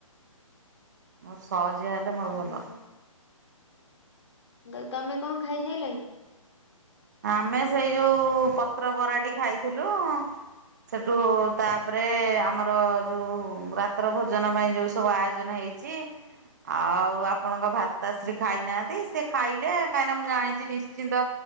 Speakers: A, on the right; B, on the left.
A: ମୋର ସହଜିଆ ହେଲେ ମୋର
B: ହୁଁ
A: ଭଲ।
B: ମୁଁ କହିଲି ତମେ କଣ ଖାଇସାଇଲଣି?
A: ଆମେ ସେଇ ଯୋଉ ପତ୍ର ବରାଟି ଖାଇଥିଲୁ ସେଠୁ ତାପରେ ଆମର ଯୋଉ ରାତ୍ର ଭୋଜନ ପାଇଁ ଯେଉ ସବୁ ଆୟୋଜନ ହେଇଛି। ତି। ଆଉ ଆପଣଙ୍କ ଭାତ ଆଶ୍ରୀ ଖାଇନାହାନ୍ତି ସେ ଖାଇଲେ କାହିଁକିନା ମୁଁ ଜାଣିଛି ନିଶ୍ଚିନ୍ତ